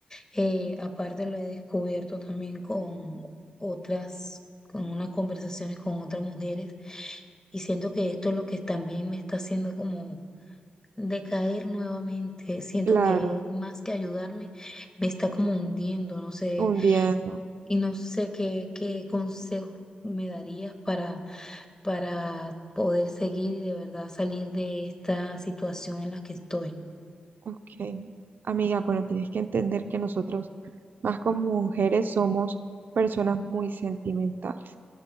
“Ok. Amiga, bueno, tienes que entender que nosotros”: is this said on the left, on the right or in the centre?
Right